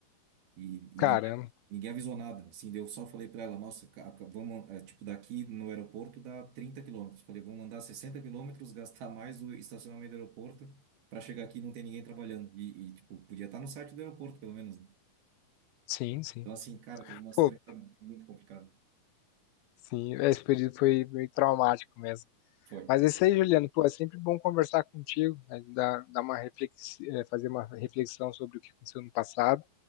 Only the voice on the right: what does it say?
E,
e ninguém, ninguém avisou nada. Assim, daí eu só falei para ela, nossa, ca- ca- vamos, eh, tipo, daqui no aeroporto dá 30 quilômetros. Falei, vamos andar 60 quilômetros, <laughs> gastar mais o estacionamento do aeroporto para chegar aqui e não tem ninguém trabalhando. E, e, tipo, podia estar no site do aeroporto, pelo menos, né?
Então, assim, cara, teve umas
treta muito complicada.
Foi.
foi.